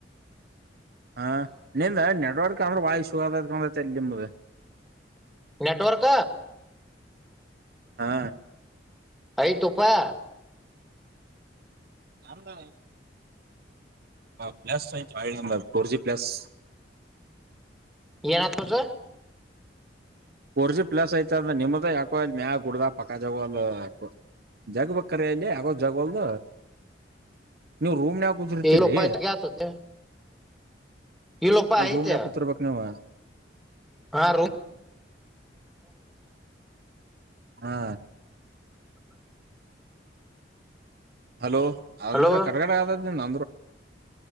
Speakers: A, on the right; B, in the centre.
A: ಹಾ ನಿಂದ ನೆಡ್ವರ್ಕ್ ಅಂದ್ರೆ ವಾಯ ಶುದಕಂದ ನಿಮ್ದ
B: ನೆಟ್ವರ್ಕ
A: ಹಾ
B: ಆಯ್ತಪ್ಪಾ
A: ನಮ್ದನೆ ಕ ಪ್ಲಸ್ ಚ ನ ಫರ್ ಜಿ ಪ್ಲಸ್
B: ಎನಾಥೋಸ
A: ಫೋರ್ ಜಿ ಪ್ಲಸ್ ಐತ ಅಂದ್ರ ನಿಮ್ದ ಯಾಕೋ ಮ್ಯಾ ಗುಡ್ದ ಪಕ್ಕ ಜ ಯಾಕೋ ಜಗ್ ಬರ ಇಲ್ಲಿ ಯಗೋ್ ಜಗಲ್ದ ನೀವು ರೂಮ ಮನ್ಯುದುರ್ತರಿರಿ
B: ಇಲ್ಲಪ್ಪ ಜಗ ಆತತೆ ಇಲ್ಲಪ್ಪ
A: ಅಲ್
B: ಐತೆ
A: ರೂಮ್ಡ ಕುೂತ್ರ್ಬೇಕಕ್ ನೀವು
B: ಹಾ
A: ಹಾ ಹಲೋ ಅದಂದ್ರೆ
B: ಹಲೋ
A: ಕಡಗಡೆ ಆದದ ನ